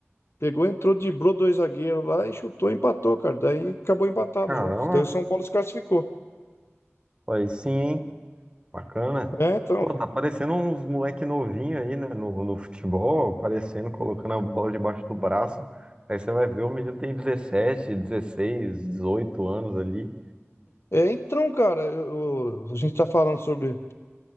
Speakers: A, on the left; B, on the right.
A: pegou, entrou, driblou dois zagueiros lá e chutou, empatou, cara. Daí acabou empatado
B: caramba,
A: o jogo. Daí o São Paulo se classificou.
B: aí sim, hein? Bacana.
A: É, então,
B: Pô, tá aparecendo uns moleque novinho aí, né, no, no futebol, aparecendo, colocando a bola debaixo do braço. Aí você vai ver, o menino tem 17, 16, 18 anos ali.
A: é, então, cara, eu- eu- a gente tá falando sobre